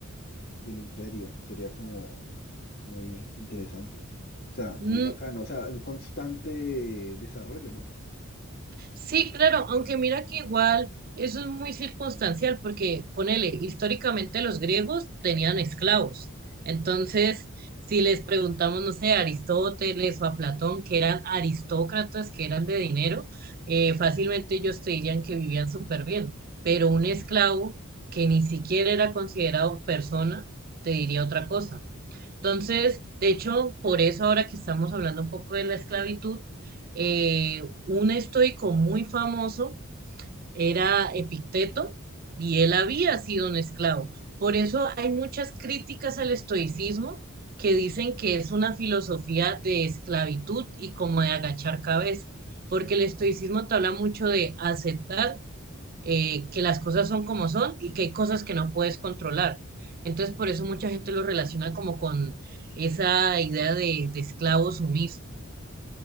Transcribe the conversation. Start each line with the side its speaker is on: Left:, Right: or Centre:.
Left: del imperio. Sería como muy interesante. O sea, muy
Right: Mm,
Left: bacano. O sea, un constante desarrollo, ¿no?
Right: Sí, claro, aunque mira que igual eso es muy circunstancial porque, ponele, históricamente los griegos tenían esclavos. Entonces, si les preguntamos, no sé, a Aristóteles o a Platón, que eran aristócratas, que eran de dinero, eh, fácilmente ellos te dirían que vivían súper bien. Pero un esclavo que ni siquiera era considerado persona, te diría otra cosa. Entonces, de hecho, por eso ahora que estamos hablando un poco de la esclavitud, eh, un estoico muy famoso era Epicteto y él había sido un esclavo. Por eso hay muchas críticas al estoicismo que dicen que es una filosofía de esclavitud y como de agachar cabeza, porque el estoicismo te habla mucho de aceptar eh, que las cosas son como son y que hay cosas que no puedes controlar. Entonces, por eso mucha gente lo relaciona como con esa idea de, de esclavo sumiso.